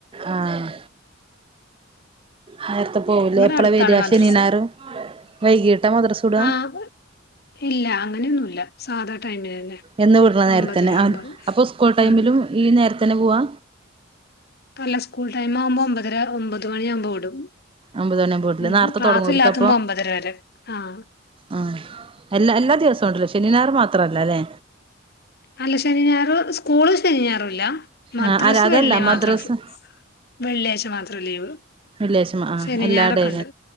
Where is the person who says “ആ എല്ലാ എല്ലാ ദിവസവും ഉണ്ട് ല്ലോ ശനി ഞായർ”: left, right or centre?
Right